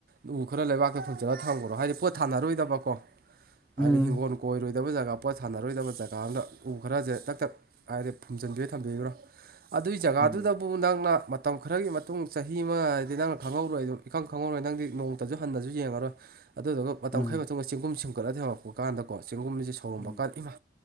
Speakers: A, on the right; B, in the centre.
A: ꯎ ꯈꯔ ꯂꯩꯕꯥꯛꯇ ꯐꯪꯖꯂꯒ ꯊꯝꯈ꯭ꯔꯣ ꯍꯥꯏꯗꯤ ꯄꯣꯠ ꯊꯥꯅꯔꯣꯏꯗꯕꯀꯣ
B: ꯎꯝ
A: ꯍꯥꯏꯗꯤ ꯍꯤꯡꯒꯣꯜ ꯀꯣꯏꯔꯣꯏꯗꯕ ꯖꯒꯥ ꯄꯣꯠ ꯁꯥꯟꯅꯔꯣꯏꯗꯕ ꯖꯒꯥ ꯑꯝꯗ ꯎ ꯈꯔꯁꯦ ꯇꯛ ꯊꯛ ꯍꯥꯏꯗꯤ ꯐꯨꯝꯖꯤꯟꯕꯤ ꯊꯝꯕꯤꯈ꯭ꯔꯣ ꯑꯗꯨꯒꯤ ꯖꯒꯥꯗꯨꯗ
B: ꯎꯝ
A: ꯗꯨꯕꯨ ꯅꯪꯅ ꯃꯇꯝ ꯈꯔꯒꯤ ꯃꯇꯨꯡ ꯆꯍꯤ ꯑꯃ ꯍꯥꯏꯗꯤ ꯅꯪꯅ ꯈꯪꯍꯧꯔꯣꯏ ꯗꯨꯝ ꯏꯈꯪ ꯈꯪꯍꯧꯔꯣꯏ ꯅꯪꯗꯤ ꯅꯣꯡ ꯇꯁꯨ ꯍꯟꯅꯁꯨ ꯌꯦꯡꯉꯔꯣꯏ꯫ ꯑꯗꯨꯗꯨꯒ ꯃꯇꯝꯈꯩ
B: ꯎꯝ
A: ꯃꯇꯨꯡ ꯆꯦꯡꯒꯨꯝ ꯁꯦꯝꯒꯠꯂ ꯍꯧꯔꯛꯄ ꯀꯥꯟꯗꯀꯣ ꯆꯦꯡꯒꯨꯝꯁꯦ ꯁꯧꯔꯝꯕ
B: ꯎꯝ
A: ꯀꯥꯟ ꯏꯃꯥ